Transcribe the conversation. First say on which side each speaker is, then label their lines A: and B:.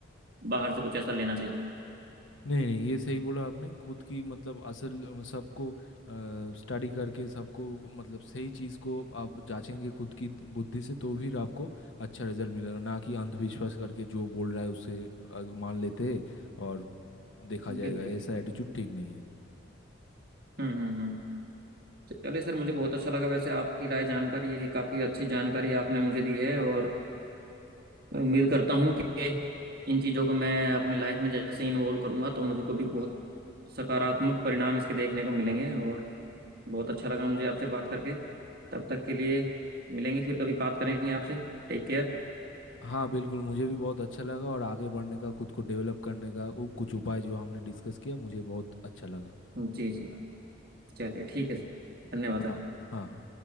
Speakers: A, on the right; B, on the left.
A: बाहर से कुछ ऐसा लेना चाहिए
B: नहीं नहीं ये सही बोला आपने खुद की मतलब असल अ, सबको स्टडी करके सबको मतलब सही चीज़ को आप जांचेंगे खुद की द- बुद्धि से तो भी आपको अच्छा रिजल्ट मिलेगा ना कि अंधविश्वास करके जो बोल रहा है उसे अ, मान लेते हैं और देखा जाएगा
A: बिल्कुल
B: ऐसा
A: बिल्कुल
B: एटीट्यूड ठीक नहीं है
A: हम्म हम्म हम्म चलिए सर मुझे बहुत अच्छा लगा वैसे आपकी राय जानकर ये काफ़ी अच्छी जानकारी आपने मुझे दी है और उम्मीद करता हूँ कि इन चीज़ों को मैं अपनी लाइफ में जैसे इन्वॉल्व करूँगा तो मुझे को भी बहुत सकारात्मक परिणाम इसके देखने को मिलेंगे और बहुत अच्छा लगा मुझे आपसे बात करके तब तक के लिए मिलेंगे फिर कभी बात करेंगे आपसे Take care
B: हाँ बिल्कुल मुझे भी बहुत अच्छा लगा और आगे बढ़ने का खुद को डेवलप करने का वो कुछ उपाय जो हमने डिस्कस किया मुझे बहुत अच्छा लगा
A: जी जी चलिए ठीक है सर धन्यवाद
B: हाँ
A: सर
B: हाँ हाँ